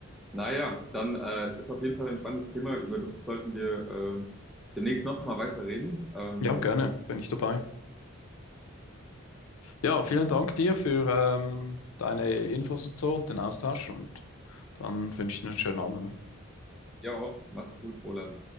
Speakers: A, in the centre; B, on the left.
A: Naja, dann äh, ist auf jeden Fall ein spannendes Thema, über das sollten wir ähm, demnächst nochmal weiter reden. Ähm,
B: Ja, gerne,
A: und
B: bin ich dabei. Ja, vielen Dank dir für ähm, deine Infos und so und den Austausch und dann wünsche ich dir einen schönen Abend. ne?
A: ja, auch, mach's gut, Roland.